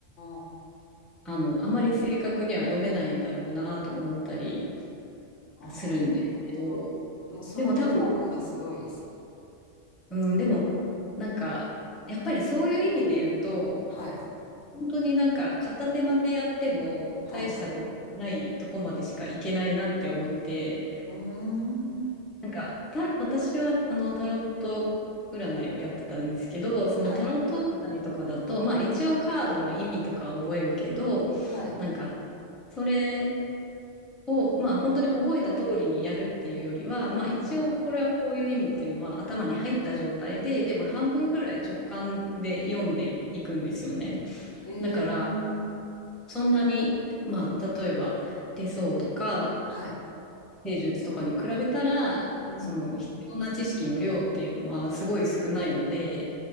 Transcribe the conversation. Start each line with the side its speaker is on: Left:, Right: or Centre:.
Left: あ、
Centre: あの、あまり正確には読めないんだろうなと思ったり
Left: ああ、
Centre: するんですけど、
Left: なるほど。でもその意欲がすごいです。
Centre: でも多分、うん、でも、なんか、やっぱりそういう意味で言うと、
Left: はい。
Centre: 本当になんか片手間でやっても大したことないとこまでしかいけないなって思って、
Left: はい。うーん。
Centre: なんか、た、私はあのタロット占いをやってたんですけど、そのタロット占いとかだと、
Left: はい。
Centre: まあ一応カードの意味とかは覚えるけど、
Left: はい。
Centre: なんか、それを、まあ、本当に覚えた通りにやるっていうよりは、まあ、一応これはこういう意味っていうのは頭に入った状態で、
Left: はい。
Centre: でも半分ぐらい直感で読んでいくんですよね。
Left: へえ。
Centre: だから、そんなに、まあ、例えば手相とか
Left: はい。
Centre: 星術とかに比べたら、
Left: うん。
Centre: その必要な知識の量っていうのはすごい少ないので、